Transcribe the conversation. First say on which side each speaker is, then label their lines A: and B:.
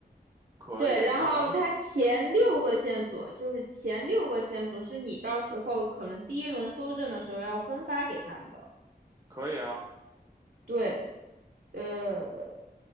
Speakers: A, on the right (about 20°); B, on the right (about 70°).
A: 可以，
B: 对，然后它前六个线索就是前六个线索是你到时候可能第一轮搜证的时候要分发给他们的。
A: 那咱们可以啊。
B: 对，呃，